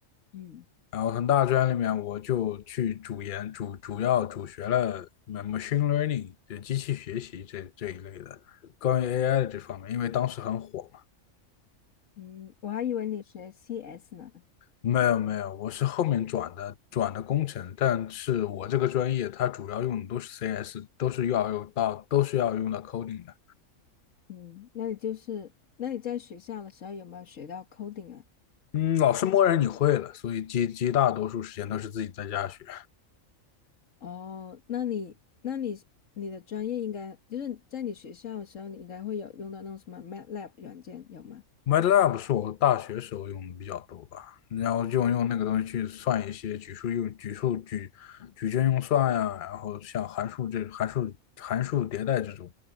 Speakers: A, on the left; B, on the left.
A: 嗯。
B: 然后很大的专业里面我就去主研主主要主学了 machine learning，就机器学习这这一类的，关于 AI 的这方面，因为当时很火。
A: 嗯，我还以为你学 CS 呢。
B: 没有没有，我是后面转的转的工程，但是我这个专业它主要用的都是 CS，都是要用到都是要用到 coding 的。
A: 嗯，那你就是，那你在学校的时候有没有学到 coding 啊？
B: 嗯，老师默认你会了，所以极绝大多数时间都是自己在家学。
A: 哦，那你，那你你的专业应该就是在你学校的时候，你应该会有用到那种什么 MATLAB 软件，有吗？
B: MATLAB 是我大学时候用的比较多吧，然后就用那个东西去算一些举数用举数举矩阵用算呀，然后像函数这函数函数迭代这种